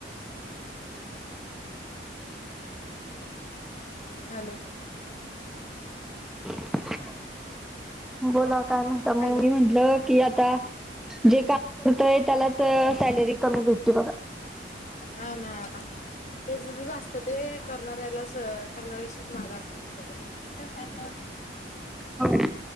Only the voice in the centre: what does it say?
<inaudible> बोला काय म्हणता मग
मी म्हंटलं की आता जे काम करतय त्यालाच सॅलरी कमी भेटते बघा.
होय.